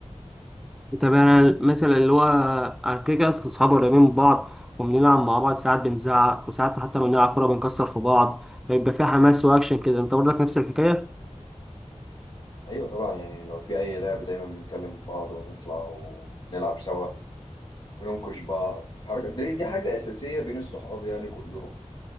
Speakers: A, in the centre; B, on the left.
A: طب انا مثلا اللي هو أنا كده كده اصل اصحابي قريبين من بعض وبنلعب مع بعض ساعات بنزعق وساعات حتى بنلعب كوره بنكسر في بعض بيبقى في حماس واكشن كده انت برضك نفس الحكايه
B: أيوة طبعا يعني لو في أي لعب دايما بنكلم بعض ونطلع ونلعب سوا وننكش بعض الحركة دي دي حاجة أساسية بين الصحاب يعني كلهم